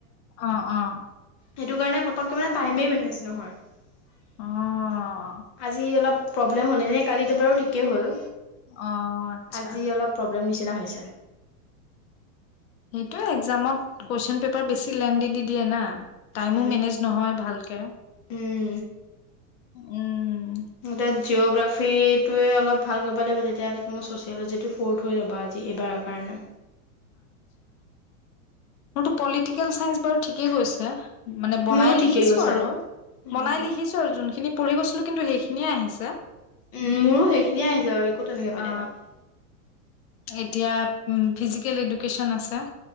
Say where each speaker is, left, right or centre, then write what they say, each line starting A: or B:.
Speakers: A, on the left (about 75°); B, on the left (about 25°).
A: অ, অ।
B: সেইটো কাৰণে পতককে মানে টাইমে মেনেজ নহয়।
A: অ',
B: আজি অলপ প্ৰব্লেম হ'লেনে কালিতো বাৰু ঠিকেই হ'ল।
A: অ', আচ্ছা।
B: আজি অলপ প্ৰব্লেম নিচ নিচিনা হৈছে।
A: সেইটোয়ে এক্সামত, কুৱেশ্যন পেপাৰ বেছি লেনদি দি দিয়ে না। টাইমো
B: উম,
A: মেনেজ নহয় ভালকে।
B: উম,
A: উম।
B: সিহঁতে জিঅগ্ৰাফ ফ্ৰী টোৱে অলপ ভাল কৰিব লাগিব তেতিয়া মোৰ ছচিয়লজিটো ফ'ৰ্থ হৈ ৰ'ব আজি এইবাৰৰ কাৰণে।
A: মোৰটো পলিটিকেল চাইন্স বাৰু ঠিক কে গৈছে? মানে বনাই
B: মোৰো
A: লিখিছোঁ
B: ঠিকেই গৈছে।
A: আৰু,
B: উম।
A: বনাই লিখিছোঁ আৰু যোনখিনি পঢ়ি গৈছিলো কিন্তু সেইখিন ধুনীয়া আহিছে।
B: উম, মোৰো সেইখিনিয়েই আহিছে বাৰু একো তেনেকে বেলেগ
A: অ
B: অহা নাই।
A: এতিয়া উম ফিজিকেল এডুকেশ্যন আছে।